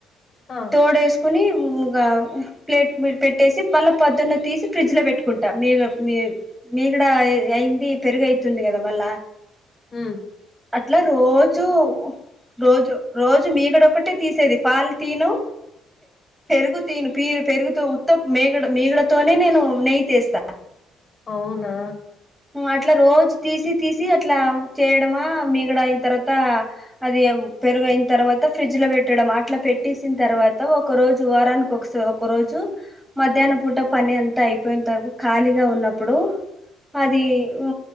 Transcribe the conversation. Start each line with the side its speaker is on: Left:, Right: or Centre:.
Left: ఆ
Centre: పోడేసుకోని ఇంగా ప్లేట్ పెట్టేసి మళ్ళా పొద్దున్న తీసి ఫ్రిడ్జ్ లో పెట్టుకుంటాం మీద మీ మీగడ అయింది పెరుగయితుంది కదా మళ్ళా
Left: ఉ
Centre: అట్లా రోజూ రోజు రోజు మీగడ ఒకటే తీసేది పాలు తియను పెరుగు తియను పీ పెరుగుత ఉత్త మీగడ మీగడతోనే నేను నెయ్యి తీస్తా
Left: అవునా
Centre: అట్లా రోజు తీసి తీసి అట్లా చేయడమా మీగడ అయిన తర్వాత అది పెరుగైన తర్వాత ఫ్రిడ్జ్ లో పెట్టడం అట్లా పెట్టేసిన తర్వాత ఒక రోజు వారానికి ఒకస ఒకరోజు మధ్యాహ్నం పూట పని అంతా అయిపోయిన తర్వా ఖాళీగా ఉన్నప్పుడు అది ఉ